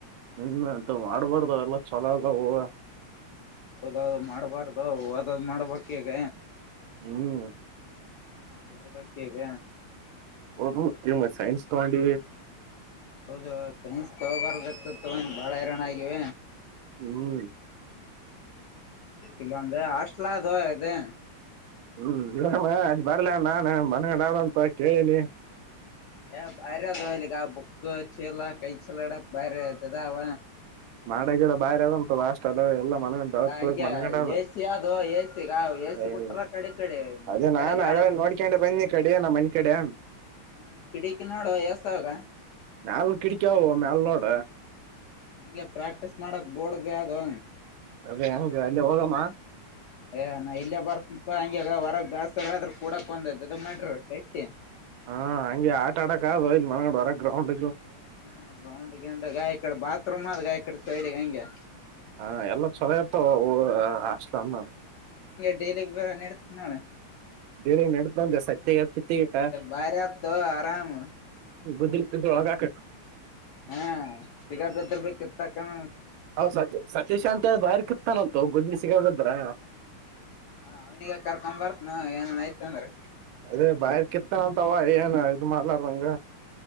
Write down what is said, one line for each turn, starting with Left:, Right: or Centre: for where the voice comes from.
Right: ಇ ಅಂತ ಮಾಡ್ಬಾರ್ದ್ ಎಲ್ಲ ಚೊಲೋ ಹ
Left: ಹೌದೌದು ಮಾಡಬಾರ್ದು ಹದದ್ ಮಾಡ್ಬಕ್ ಹೇಗ
Right: ಹ್ಮ್
Left: ಹೊರಬೇಕಕ್ಕೆಗ
Right: ಒದು ಸೈಂಸ್ ತ ಆಂಂಡ
Left: ಹೌದು ಸೈನ್ಸ್ ತಗೋಬಾರದತ್ತತ್ತು ಬಾಳ ಹರಾಣ ಆಗಿವ
Right: ಹ್ಮ್
Left: ಇಲ್ಲಂದ ಹಾಸ್ಲಾ ಅದೋ ಇದು
Right: ಹೂ ಇಮ್ಮ ಅ್ ಬರ್ಲ ನಾನ್ ಮನಗಡಂತ ಕೇಳಿನಿ
Left: ಏ ಭಾರಿ ಅದಲಿಗ ಬುಕ್ಕ ಚೀಲ ಕೈ ಚಲಡಕ್ ಭಾರಿ ಅತದ ಅವ
Right: ಮಾಡಾ ಗಿಡ ಬಾರಿ ಅದಂತಷ್ಟ ಚೋಲಾ ಎಲ್ಲ ಮನಗಂಡ
Left: ಹಂಗೆ
Right: ಮನಗಂಡ
Left: ಎಸಿ ಅದು ಎಸಿಗ ಎಸಿ
Right: ಐ
Left: ಬಿಟ್ರ
Right: ಹೂ
Left: ಕಡೆ ಕಡೆ
Right: ಇ
Left: ಕಡೆ
Right: ನಾನ್
Left: ಗಾಳಿ
Right: ಆ ನೋಡ್ಕೊಂಡೆ ಬಂದಿ ಕಡೆ ನಮ್ಮ ಮನಿ ಕಡೆ
Left: ಹಾ ಕಿಡಿಕಿ ನೋಡ ಎಸವಿರಾ
Right: ಮೇಲ್ ಕಿಡಿಕಾವೋ ಮೇಲ್ನೋಡ
Left: ಹಂಗೆ ಪ್ರಾಕ್ಟೀಸ್ ಮಾಡಕ್ ಬೋರ್ಡ್ ಬ ಅದು
Right: ಅದೇ ಹ ಅಲ್ಲಿೇ ಹೋಗಮ್ಮ
Left: ಏ ನಾ ಇಲ್ಲೇ ಬರ್ಪ್ಪ ಹಂಗಗೆಗ ಹೊರಗ್ ಜಾಸ್ತಿರ ಆದ್ರ ಕೂಡಕ್ ಒಂದ ಅದು ಮಾಡ್ರಿ ಕಟ್ಟಿ
Right: ಹಾ ಹಂಗೆ ಆಟ ಆಡಕ್ ಆ ಇ ಮಡ ಬರ ಗ್ರೌಂಡ್
Left: ಹೂ ಗೌಂಡ ಗಂಡ ಗ ಇಡೆ ಬಾತ್ರೂಮ್ ಅದ ಗ ಇಡೆ ಸೈಡ್ಗ ಹಂಗೆ
Right: ಹಾ ಎಲ್ಲ ಚಲೋ ಇರ್ತಾವ ಅಷ್ಟಲ ಅಮ್ಮ
Left: ಎಲಿಾನ ಎಡು ನಾಳ
Right: ಬೇರೆ ನಡ್ತಂದ ಸತ್ಯ ಕತ್ತಗಟ
Left: ಬಾರಿ ಆತ್ತು ಆರಾಮ್
Right: ಗುದಿಲ್ತಿದ್ದೊಳಗಾಕು
Left: ಹಾ ಸಿಗಕದರ್ಬೇಕೇಕಿತ್ತಕ್ಕಣ
Right: ಹೌ ಸ ಸತೀಶ್ ಅಂತ ಹೇಳ ಬಾರಿ ಕಿತಾನಂತು ಗೊದ್ನಿ ಸಿಗೇಬಿದ್ರೆ
Left: ಹಾ ಅವ್ನಿಿಗೆ ಕರ್ಕೊ್ ಬರ್ತನ ಏನನ್ ಆಯ್ತ ಅಂದ್ರ
Right: ಅದೇ ಬಾಯರ್ ಕೆತ್ತನ ಅಂತಾವ ಏನು ಇದು ಮಾಡಲರಂಗ